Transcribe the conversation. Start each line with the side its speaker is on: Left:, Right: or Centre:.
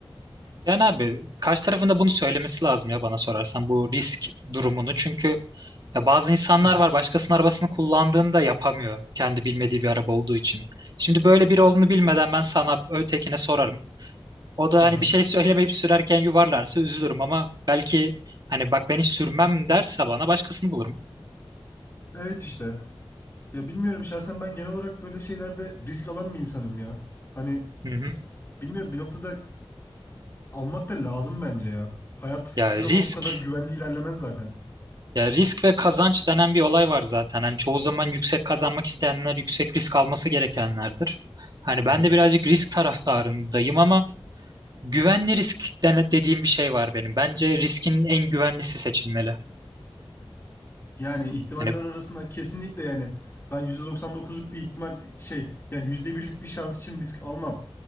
Right: Yani abi karşı tarafında bunu söylemesi lazım ya bana sorarsan bu risk durumunu. Çünkü ya bazı insanlar
Left: Hı.
Right: var başkasının arabasını kullandığında yapamıyor kendi bilmediği bir araba olduğu için. Şimdi böyle biri olduğunu bilmeden ben sana ötekine sorarım. O da
Left: Aha.
Right: hani bir şey <laughs> söylemeyip sürerken yuvarlarsa üzülürüm ama belki hani bak ben hiç sürmem derse bana başkasını bulurum.
Left: Evet işte. Ya bilmiyorum şahsen ben genel olarak böyle şeylerde risk alan bir insanım ya. Hani
Right: Hı hı.
Left: bilmiyorum bir noktada almak da lazım bence ya. Hayat
Right: Ya
Left: hiçbir
Right: risk
Left: zaman bu kadar güvenli ilerlemez zaten.
Right: Ya risk ve kazanç denen bir olay var zaten. Hani çoğu zaman yüksek kazanmak isteyenler yüksek risk alması gerekenlerdir. Hani
Left: Hı
Right: ben
Left: hı.
Right: de birazcık risk taraftarındayım ama güvenli risk dene- dediğim bir şey var benim. Bence riskin en güvenlisi seçilmeli.
Left: Yani ihtimaller
Right: Hani
Left: arasında kesinlikle yani ben %99'luk bir ihtimal şey yani yüzde birlik bir şans için risk almam.